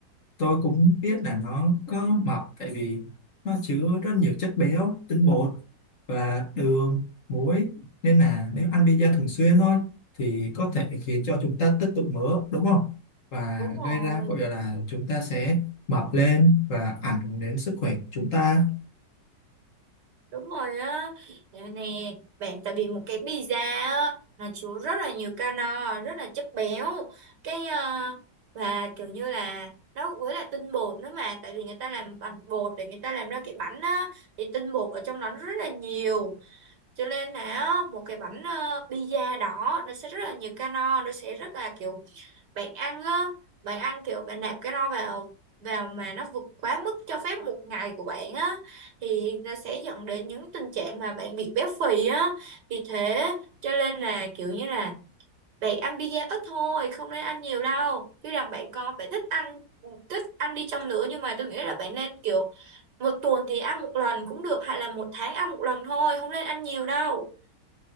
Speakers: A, on the left; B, on the right.
A: tôi cũng biết là nó có mập tại vì nó chứa rất nhiều chất béo tinh bột và đường muối nên là nếu ăn pizza thường xuyên thôi thì có thể khiến cho chúng ta tích tụ mỡ đúng không và
B: Đúng rồi.
A: gây ra gọi là chúng ta sẽ mập lên và ảnh hưởng đến sức khỏe của chúng ta
B: Đúng rồi á, nè, nè, bạn tại vì một cái pizza á, nó chứa rất là nhiều calo, rất là chất béo, cái ờ, và kiểu như là nó với là tinh bột nữa mà, tại vì người ta làm bằng bột để người ta làm ra cái bánh á, thì tinh bột ở trong đó nó rất là nhiều, cho nên là á, một cái bánh ờ, pizza đó nó sẽ rất là nhiều calo, nó sẽ rất là kiểu bạn ăn á bạn ăn kiểu bạn nạp cái đó vào vào mà nó vượt quá mức cho phép một ngày của bạn á thì nó sẽ dẫn đến những tình trạng mà bạn bị béo phì á vì thế cho nên là kiểu như là bạn ăn pizza ít thôi không nên ăn nhiều đâu chứ rằng bạn có bạn thích ăn thích ăn đi chăng nữa nhưng mà tôi nghĩ là bạn nên kiểu một tuần thì ăn một lần cũng được hay là một tháng ăn một lần thôi không nên ăn nhiều đâu